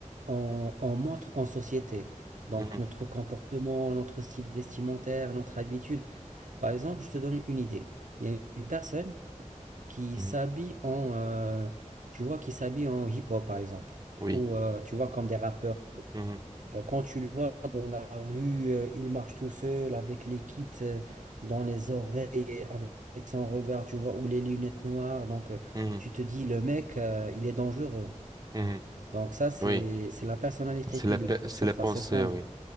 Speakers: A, on the right (about 75°); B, on the right (about 30°).
A: on, on montre en société. Donc,
B: mhm,
A: notre comportement, notre style vestimentaire, notre habitude. Par exemple, je te donne une idée. Il y a une personne qui
B: mhm.
A: s'habille en, euh, tu vois, qui s'habille en hip-hop, par exemple.
B: Oui,
A: Ou, euh, tu vois, comme des rappeurs.
B: mhm,
A: Euh, quand tu le vois dans la rue, euh, il marche tout seul avec les kits euh, dans les oreilles, avec son regard, tu vois, ou les lunettes noires. Donc, euh,
B: mhm,
A: tu te dis, le mec, euh, il est dangereux.
B: mhm.
A: Donc, ça, c'est,
B: Oui,
A: c'est la personnalité
B: c'est
A: publique,
B: la, pe- c'est
A: surface.
B: la pensée,
A: C'est ce qu'on
B: oui,
A: voit.